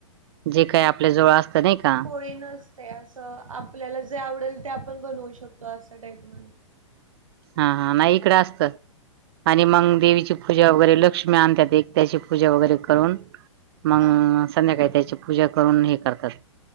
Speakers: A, on the right (about 50°); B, on the right (about 80°).
A: जे काही आपल्या जोळ असत नाही का?
B: कोन ते असं आपल्याला जे आवडेल ते आपण बनवू शकतो असा टाईप म्ह
A: हा हा नाही इकडें असतं आणि मग देवीची पूजा वगैरे लक्ष्मी आणतात एक त्या्याची पूजा वगैरे करून मग
B: हा.
A: संध्याकाळी त्याची पूजा करून हे करतात